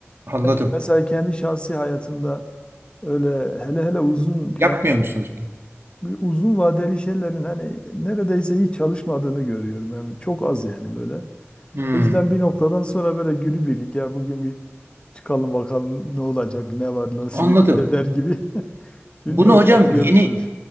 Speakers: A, on the right; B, on the left.
A: anladım.
B: Belki Mesela kendi şahsi hayatımda Öyle hele hele uzun plan
A: Yapmıyor musunuz? bunu?
B: uzun vadeli şeylerin hani neredeyse hiç çalışmadığını görüyorum. Yani çok az yani böyle.
A: Hmm,
B: O yüzden bir noktadan sonra böyle günübirlik ya bugün bir çıkalım bakalım ne olacak, ne var nasibimizde
A: anladım.
B: der gibi. <laughs> Bilmiyorum
A: Bunu hocam
B: katılıyor
A: yeni
B: musunuz?